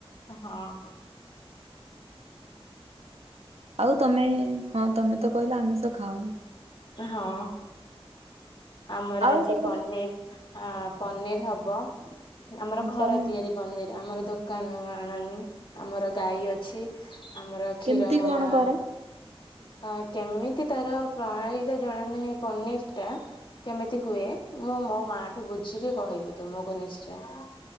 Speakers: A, on the left (about 50°); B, on the right (about 80°).
A: ହଁ ହଁ।
B: ଆଉ ତମେ ହଁ ତମେ ତ କହିଲା ଆମିଷ ଖାଅନି।
A: ନାଁ ହଁ। ଆମର
B: ଆଉ
A: ଆଜି
B: ତମର
A: ପନିର୍ ଆଁ ପନିର୍ ହବ। ହୁଁ ଆମର ଘର
B: ପନିର
A: ତିଆରି ପନିର୍ ଆମର ଦୋସ୍ କାନୁ ଆଣୁନି ଆମର ଗାଈ ଅଛି। ଆମର କ୍ଷୀର
B: କେମିତି
A: ମୋ
B: କଣ
A: ମା
B: କର?
A: ହଁ କେମିତି ତାର ପ୍ରଣାଳୀତ ଜଣା ନାହିଁ ପନିର୍ ଟ୍ୟା କେମିତି ହୁଏ ମୁଁ ମୋ ମା ଠୁ ବୁଝିକି କହିବି ତୁମକୁ ନିଶ୍ଚୟ। <unintelligible>